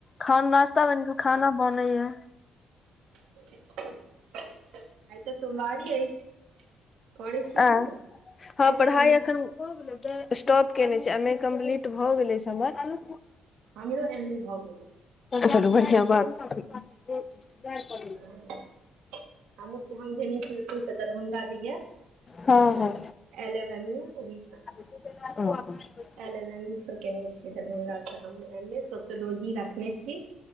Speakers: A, on the left (about 35°); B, on the right (about 85°).
A: खान नाश्ता बन गैल खाना बनया।
B: <inaudible> आइ तऽ सोमबारी अइच, करै छि
A: आ
B: कि नहि
A: हँ
B: आइ
A: पढ़ाइ
B: तऽ सो
A: एखन स्टॉप केने छै एम ए कम्प्लीट भऽ गेले छै हमर।
B: हमरो एन नहि भाव गेलै।
A: चलो बढ़िआ बात। <unintelligible>
B: ह हम हम धेने छी, ओते से दरभ्ंगा <unintelligible>
A: हँ हँ।
B: एलम हमी ओ। <unintelligible>
A: <unintelligible>
B: एलनन स केने छ दरभङंगगा तऽ हम एने सोशियोलॉजी रखने छी,